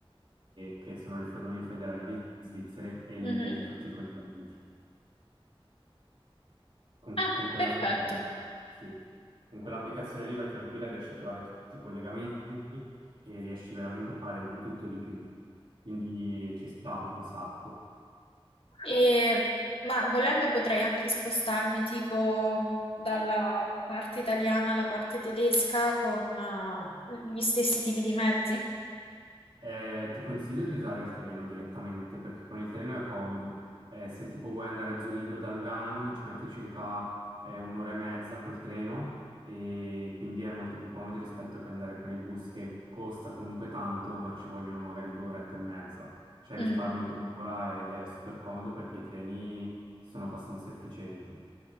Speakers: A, on the right; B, on the left.
A: che sono le ferrovie federali svizzere, e lì
B: mhm.
A: vedi tutti i collegamenti. Con,
B: Ah,
A: con quella
B: perfetto.
A: vai tranquilla, sì. Con quell'applicazione lì vai tranquilla, riesci a trovare tutti i collegamenti e riesci veramente a fare di tutto e di più. Quindi ci sta un sacco.
B: E- ma volendo potrei anche spostarmi tipo dalla parte italiana alla parte tedesca con eh, gli stessi tipi di mezzi.
A: Eh, ti consiglio di usare il treno direttamente perché con il treno è comodo. Eh, se tipo vuoi andare a Zurigo da Lugano ci metti circa eh, un'ora e mezza col treno e quindi è molto più comodo rispetto che andare con il bus che costa comunque tanto, ma ci vogliono magari due orette e mezza. Cioè
B: Mm,
A: risparmi quell'ora ed è super comodo perché i treni sono abbastanza efficienti.